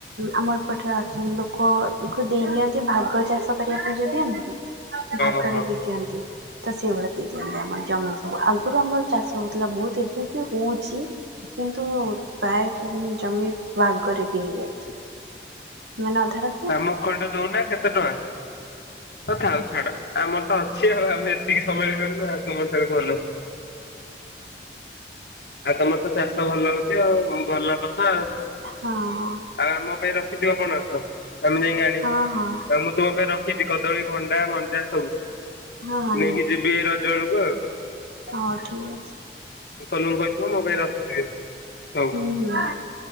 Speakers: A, on the right; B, on the left.
A: ଆମ ଏପଟରେ ଅଛନ୍ତି ଲୋକଙ୍କୁ ଦେଇ ଦିଅନ୍ତି ଭାଗ ଚାଷ କରିବା ପାଇଁ ଯୋଉ ଦିଅନ୍ତି ନି। ଭାଗରେ
B: ଓହୋ।
A: ବି ଦିଅନ୍ତି। ତ ସେଇଭଳିଆ ଦେଇ ଦିଅନ୍ତି ଆମର ଜମି ସବୁ ଆଗରୁ ଆମର ଚାଷ ହଉଥିଲା ବହୁତ ଏବେ ବି ହଉଚି। କିନ୍ତୁ ପ୍ରାୟ ଜମି ଭାଗରେ ଦିଆଯାଉଛି। ମାନେ ଆଧାର
B: ଆମକୁ ଏଇଟା ଦଉନା କେତେ ଟଙ୍କା। କଥା ଆଉ ଛାଡ ଆମର ତ ଅଛି ଆଉ ଆମେ ଏତିକି ସମ୍ଭାଳି ପାରୁନୁ ଆଉ ତମ <unintelligible> ଆଉ ତମର ତ ଚାଷ ଭଲ ହଉଛି ଆଉ ଭଲ କଥା ଆଉ।
A: ହଁ।
B: ଆଉ ଆମ ପାଇଁ ରଖିଥିବ ପଣସ ଆମେ ଯାଇକି ଆଣିବୁ
A: ହଁ ହଁ
B: ଆ ତମ ପାଇଁ ରଖିଛି କଦଳୀ ଭଣ୍ଡା ମଞ୍ଜା ସବୁ
A: ହଁ ହଁ
B: ନେଇକି ଯିବି ଏଇ ରଜ ବେଳକୁ ଆଉ।
A: ହଁ ଠିକ୍ ଅଛି।
B: ଅଙ୍କଲ ଙ୍କୁ କହିଥିବ ମୋ ପାଇଁ ରଖିଥିବେ। ସବୁ
A: ହୁଁ ହୁଁ